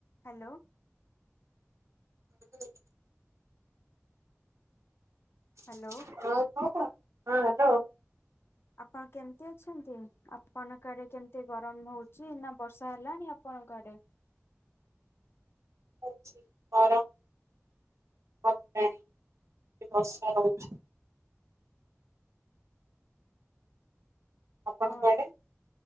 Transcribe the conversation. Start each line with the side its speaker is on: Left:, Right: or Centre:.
Left: Hello.
Right: ହଣ ହଁ
Left: hello.
Right: <unintelligible> ହଁ ହ୍ୟାଲୋ।
Left: ଆପଣ କେମିତି ଅଛନ୍ତି ଆପଣ ଆଡ଼େ କେମତି ଗରମ ହଉଛି ନା ବ ବର୍ଷା ହେଲାଣି ଆପଣଙ୍କ ଆଡେ
Right: <unintelligible> <unintelligible> ବର୍ଷା ହଉଚି। ଆପଣ
Left: ଅ
Right: କୁଆଡେ?